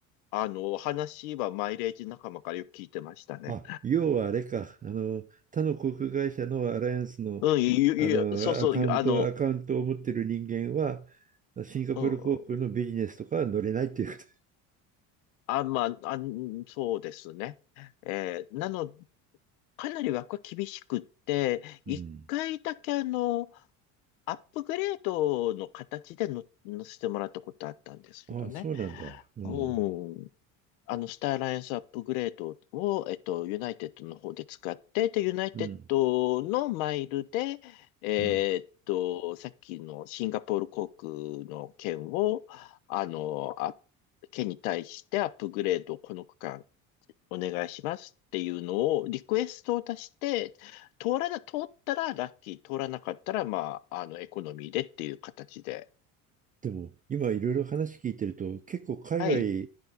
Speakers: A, on the left (about 80°); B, on the right (about 20°).
A: あの、話はマイレージ仲間からよく聞いてましたね。
B: あ、要はあれか、あの、他の航空会社のアライアンスの、
A: うん、ゆ、
B: あのアカウント、
A: ゆ、そうそう、ゆあの、
B: アカウントを持ってる人間は、シンガポール航空のビジネスとかは乗れないっていうこと。
A: うん、あ、まあ、あ、そうですね。えーなの、かなり枠は厳しくって、一回だけあの、
B: うん。
A: アップグレードの形での、乗せてもらったことあったんですけどね。
B: ああ、そうなんだ。うん。
A: うん。あの、スターアライアンスアップグレードを、えっと、ユナイテッドの方で使って、で、ユナイテッドのマイルで、
B: うん。
A: えーっと、
B: うん。
A: さっきのシンガポール航空の券を、あの、あ、券に対してアップグレードをこの区間お願いしますっていうのをリクエストを出して、通らな、通ったらラッキー、通らなかったら、まあ、あの、エコノミーでっていう形で。
B: でも、今いろいろ話聞いてると、結構海外
A: はい。